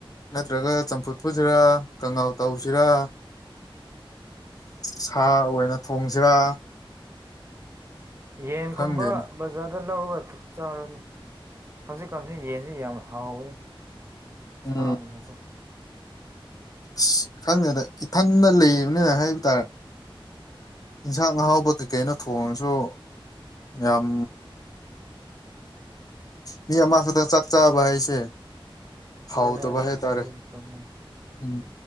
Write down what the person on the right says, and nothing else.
ꯌꯦꯟꯒꯨꯝꯕ
ꯕꯖꯥꯔꯗ ꯂꯧꯔꯒ ꯆꯥꯔꯣꯅꯦ ꯍꯧꯖꯤꯛꯀꯥꯟꯁꯤ ꯌꯦꯟꯁꯤ ꯌꯥꯝ ꯍꯥꯎꯕꯅꯤ
ꯁꯥꯒꯨꯝ ꯑꯃꯀ
ꯑꯗꯨ ꯗꯨꯅꯦ
ꯑꯗꯨ ꯆꯨꯨꯝꯃꯦ